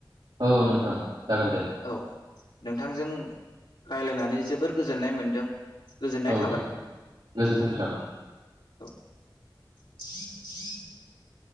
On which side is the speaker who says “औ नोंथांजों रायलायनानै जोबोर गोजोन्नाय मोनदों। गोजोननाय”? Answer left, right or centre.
Left